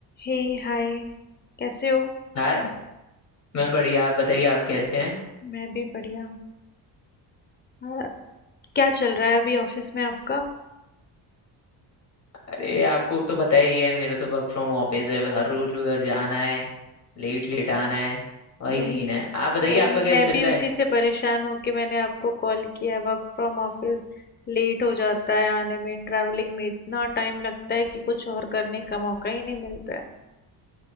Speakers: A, on the left (about 25°); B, on the left (about 40°).
A: हे हाय कैसे हो
B: हाय मैं बढ़िया आप बताइए आप कैसे हैं
A: मैं भी बढ़िया हाँ क्या चल रहा है अभी ऑफिस में आपका
B: अरे आपको तो पता ही है मेरा तो वर्क फ्रॉम ऑफिस है हर रोज उधर जाना है लेट लेट आना है वही
A: वही
B: सीन है आप बताइए
A: वही
B: आपका कैसे
A: मैं भी
B: चल रहा
A: उसी
B: है
A: से परेशान होके मैंने आपको कॉल किया है वर्क फ्रॉम ऑफिस लेट हो जाता है आने में ट्रैवलिंग में इतना टाइम लगता है कि कुछ और करने का मौका ही नहीं मिलता है